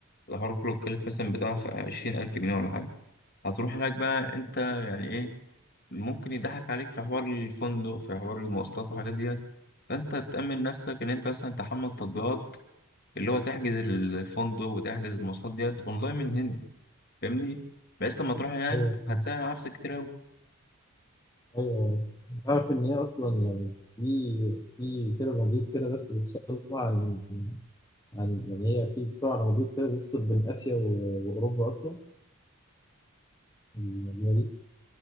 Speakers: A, on the left (about 50°); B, on the left (about 20°).
A: الحوار كله اتكلف مثلا بتاع عشرين ألف جنيه ولا حاجة هتروح هناك بقى أنت يعني إيه ممكن يضحك عليك في حوار الفندق في حوار المواصلات والحاجات ديت فانت تأمن نفسك ان انت مثلا تحمل تطبيقات اللي هو تحجز الفندق وتحجز المواصلات ديت اونلاين من هنا فاهمني بس لما تروح هناك
B: ايوه
A: هتسهل على نفسك كتير قوي
B: أيوه تعرف إن هي أصلا يعني في في كده مضيق كده بس بيفصل عن عن يعني هي في بتاع مضيق كده بيفصل بين آسيا و- وأوروبا أصلا المدينة دي